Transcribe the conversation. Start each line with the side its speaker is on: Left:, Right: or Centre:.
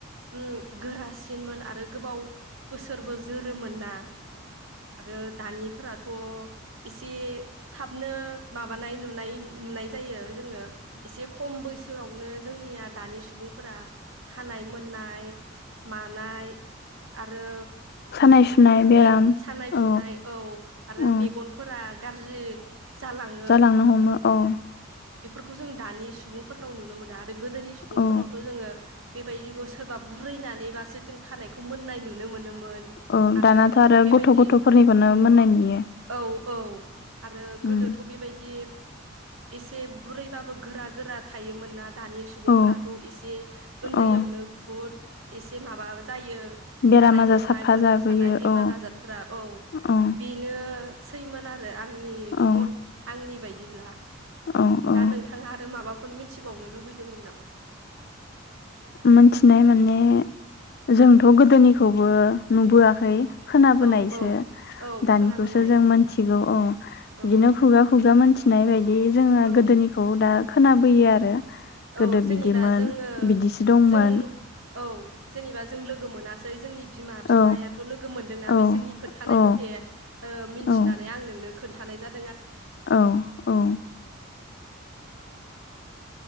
Right: ओम गो ट्रासट नमोन आरो गोबाव बोसोरबो जोरोमोन ना आरो दानिफोरा' थ' एसे थाबनो माबानाय नुनाय नुनाय जायो जोङो एसे खम बैसोआवनो जोंनिया दानि सुबुंफोरा खानाय मोननाय मानाय आरो
Left: सानाय सुनाय बेराम
Right: मेग सानाय
Left: औ
Right: सुनाय औ आरो
Left: औ
Right: मेगनफोरा गाज्रि जालाङो
Left: जालांनो हमो औ
Right: खौ जों दानि सुबुंफोरनाव नुनो मोना आरो गोदोनि सुबुंफोरनावथ'
Left: औ
Right: जोङो बेबायदिखौ सोरबा बुरैनानैबासो जों खानायखौ मोननाय नुनो मोनोमोन मोन
Left: औ
Right: आरो
Left: दानाथ'
Right: बेबायदि
Left: गथ' गथ'फोरनिखौनो मोननाय नुयो
Right: औ औ आरो
Left: उम
Right: गोदोथ' बेबायदि एसे बुरैबाबो गोरा गोरा थायोमोन ना दानि सुबुंफोराथ'
Left: औ
Right: एसे उन्दैयावनो
Left: औ
Right: बहुद एसे माबा जायो
Left: बेराम
Right: खानाय
Left: आजार
Right: मोननाय
Left: साफा
Right: मोदोम
Left: जाबोयो
Right: सानाय बेमार
Left: औ
Right: आजारफोरा औ
Left: औ
Right: बेनो सैमोना आंनि
Left: औ
Right: मुद आंनि बायदि ब्ला
Left: औ औ
Right: दा नोंथाङा आरो माबा फोर मिथिबावनो लुबैदोंमोन नामा?
Left: मोन थिनाय माने जोंथ' गोदोनि खौबो नुबो आखै। खोना बोनायसो
Right: औ औ औ
Left: दानिखौसो
Right: खोनाबोनाय
Left: जों
Right: उम
Left: मोनथिगौ औ बिदिनो
Right: औ
Left: खुगा खुगा मोनथिनाय बायदि जोङो
Right: औ
Left: गोदोनिखौ दा खोनाबोयो आरो। गोदो
Right: औ जेनेबा
Left: बिदिमोन
Right: जोङो
Left: बिदिसो दंमोन
Right: जों औ जेनेबा जों लोगो गो मोनासै जोंनि बिमा बिफायाथ'
Left: औ
Right: लोगो मोनदोंना
Left: औ
Right: बिसोरनि खोथानाय
Left: औ
Right: मथे ओ मिथिनानै
Left: औ
Right: आं नोंनो खोन्थानाय जाद
Left: औ औ।